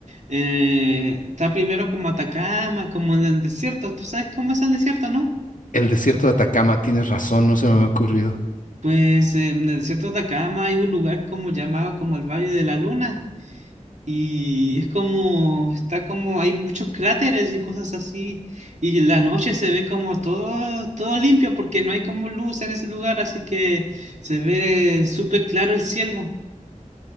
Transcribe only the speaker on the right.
eh, está primero como Atacama, como en el desierto. ¿Tú sabes cómo es el desierto, no?
Pues en el desierto de Atacama hay un lugar como llamado como el Valle de la Luna. Y es como, está como, hay muchos cráteres y cosas así. Y en la noche se ve como todo, todo limpio porque no hay como luz en ese lugar, así que se ve súper claro el cielo.